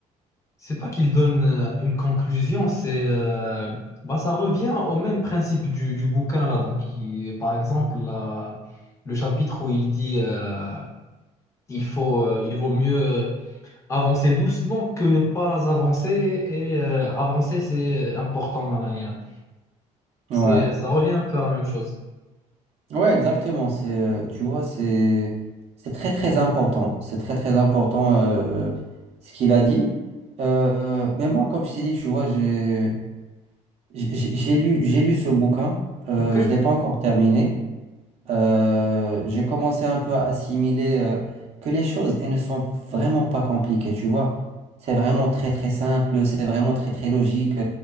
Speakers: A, on the left; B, on the right.
A: C'est pas qu'il donne euh, une conclusion, c'est euh, bah, ça revient au même principe du, du bouquin là. Donc, il- par exemple, la- le chapitre où il dit euh, il faut, euh, il vaut mieux euh, avancer doucement que ne pas avancer et euh, avancer c'est euh, important. nan, nan, nan. C'est,
B: ouais.
A: ça revient un peu à la même chose.
B: Ouais, exactement. C'est, euh, tu vois, c'est, c'est très, très important. C'est très, très important euh, ce qu'il a dit. Euh, mais moi, comme je t'ai dit, tu vois, j'ai, j'ai j'ai lu, j'ai lu ce bouquin. Euh,
A: Ok?
B: je ne l'ai pas encore terminé. euh, j'ai commencé un peu à assimiler euh, que les choses, elles ne sont vraiment pas compliquées, tu vois. C'est vraiment très très simple, c'est vraiment très très logique.